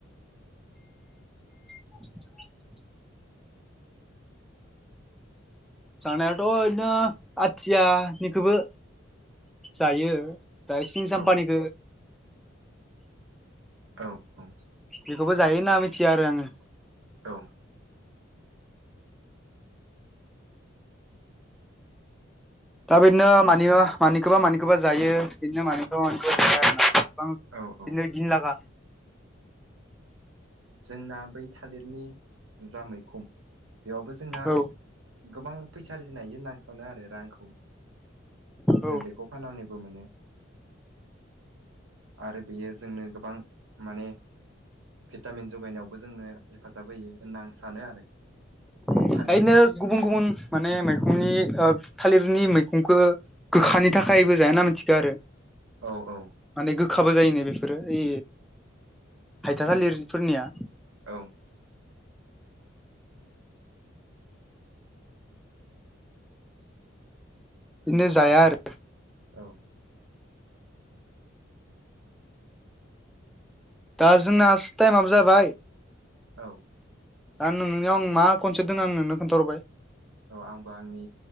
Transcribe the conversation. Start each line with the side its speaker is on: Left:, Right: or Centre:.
Centre: <inaudible> जानायाथ' दिनो आथियानिखौबो जायो दा सिनि साम्पानिखौ
Right: औ औ औ
Centre: बेखौबो जायो ना मिथिया आरो आङो
Right: औ
Centre: दा बिदिनो मानि मानिखौबा मानिखौबा जायो बिदिनो मानिखौबा मानिखौबा
Right: औ औ
Centre: बिदिनो लागा
Right: जोंना बै थालिरनि जा मैखोन बेयावबो जोंना
Centre: औ
Right: गोबां फैसा आरजिनो हायो होननानै सानो आरो रांखौ जों
Centre: औ
Right: बेखौ फानानैबो मोनो आरो बेयो जोंनो गोबां माने भिटामिन जगायनायावबो जोंनो हेफाजाब होयो होनना आं सानो आरो
Centre: यैनो
Right: थालिर मैगंखौ
Centre: गुबुन गुबुन माने मैखंनि थालिरनि मैखंखौ गोखानि थाखायबो जाया होनना मिथिगौ आरो
Right: औ औ
Centre: माने गोखाबो जायोनो बेफोरो इ हायथसालिरफोरनिया
Right: औ
Centre: बिदिनो जाया आरो
Right: औ
Centre: दा जोंना टाइमाबो जाबाय
Right: औ
Centre: दा नोंनियाव आं मा कनसेपट दङ आं नोंनो खोनथाहरबाय
Right: औ आंबो आंनि